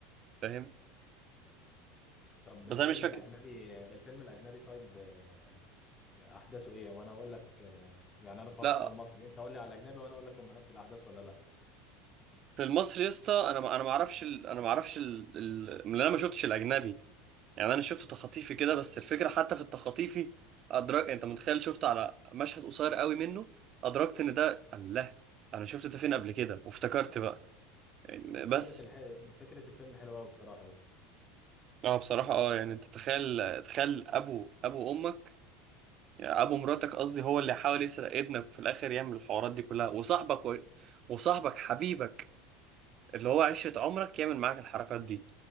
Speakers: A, on the right (about 45°); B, on the left (about 25°).
A: فاهم
B: طب
A: بس
B: الفيلم
A: انا مش فاكر
B: الاجنبي الفيلم الاجنبي طيب آه، احداثه ايه وانا اقول لك آه، يعني انا اتفرجت
A: لا
B: على المصري انت قول لي على الاجنبي وانا اقول لك هم نفس الاحداث ولا لا
A: في المصري يا اسطى انا ما انا ما اعرفش ال... انا ما اعرفش ال... ال... من انا ما شفتش الاجنبي يعني انا شفت تخاطيفي كده بس الفكره حتى في التخاطيفي ادرك انت متخيل شفت على مشهد قصير قوي منه ادركت ان ده الله انا شفت ده فين قبل كده وافتكرت بقى يعني
B: بس
A: بس
B: فكره الح... فكره الفيلم حلوه قوي بصراحه يس
A: اه بصراحه اه يعني انت تخيل تخيل ابو ابو امك يعني ابو مراتك قصدي هو اللي حاول يسرق ابنك وفي الاخر يعمل الحوارات دي كلها وصاحبك و... وصاحبك حبيبك اللي هو عشرة عمرك يعمل معاك الحركات دي